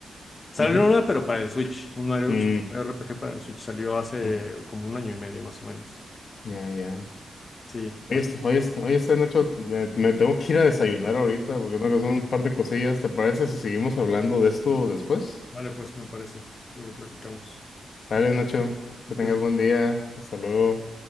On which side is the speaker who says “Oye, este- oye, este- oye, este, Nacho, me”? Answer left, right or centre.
Left